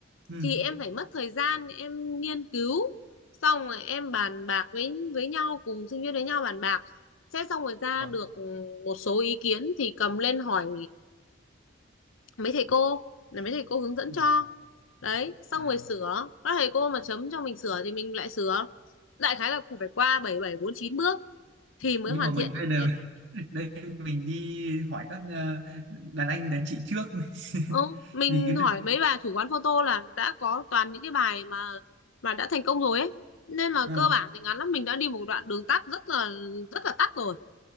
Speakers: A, on the right; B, on the left.
A: ừ
B: thì em phải mất thời gian em nghiên cứu xong rồi em bàn bạc với với nhau cùng sinh viên với nhau bàn bạc sẽ xong rồi ra
A: vâng
B: được một số ý kiến thì cầm lên hỏi mấy thầy cô là mấy thầy cô hướng dẫn
A: vâng
B: cho đấy xong
A: à
B: rồi sửa các thầy cô mà chấm cho mình sửa thì mình lại sửa đại khái là cũng phải qua bảy bảy bốn chín bước thì mới
A: nhưng
B: hoàn
A: mà mình
B: thiện
A: đây
B: được
A: đều
B: cái đề tài
A: đây mình đi hỏi các ờ, đàn anh đàn chị trước <laughs>
B: Ừ, mình
A: vì
B: hỏi
A: cái
B: mấy bà chủ quán photo là đã có toàn những cái bài mà mà đã thành công rồi ấy nên là
A: ờ.
B: cơ bản thì ngắn lắm mình đã đi một đoạn đường tắt rất là rất là tắt rồi